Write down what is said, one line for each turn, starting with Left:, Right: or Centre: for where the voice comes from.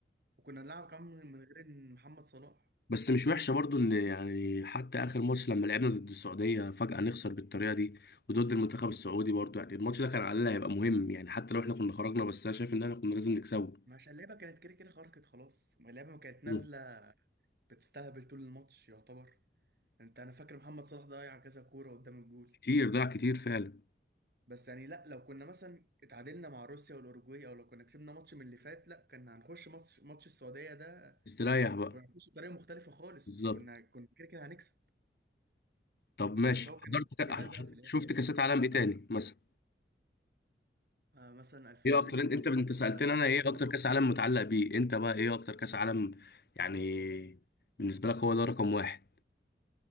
Right: وكنا بنلعب كمان من من غير إن محمد صلاح
Left: بس مش وحشه برضو ان يعني حتى اخر ماتش لما لعبنا ضد السعوديه فجاه نخسر بالطريقه دي وضد المنتخب السعودي برضو يعني الماتش ده كان على الاقل هيبقى مهم يعني حتى لو احنا كنا خرجنا بس انا شايف ان احنا كنا لازم نكسبه
Right: مش اللعبة كانت كده كده خرجت خلاص ما اللعبة ما كانت نازلة
Left: مم.
Right: بتستهبل طول الماتش يعتبر انت انا فاكر محمد صلاح ضيع كذا كورة قدام الجول
Left: كتير ضاع كتير فعلا
Right: بس يعني لا لو كنا مثلا اتعادلنا مع روسيا والاوروجواي او لو كنا كسبنا ماتش من اللي فات لا كنا هنخش ماتش ماتش السعودية ده
Left: استريح بقى
Right: يعني كنا هنخش بطريقة مختلفة خالص
Left: بالظبط
Right: كنا كنا كده كده هنكسب
Left: طب ماشي
Right: سواء
Left: حضرت
Right: كان
Left: كا...
Right: ديبال بقى في الاخر
Left: شفت كاسات
Right: رقم
Left: عالم
Right: من
Left: ايه
Right: البطولة
Left: تاني مثلا
Right: آه مثلا 2018
Left: ايه اكتر انت انت انت سالتني
Right: 2014
Left: انا ايه اكتر كاس عالم متعلق بيه انت بقى ايه اكتر كاس عالم يعني بالنسبه لك هو ده رقم واحد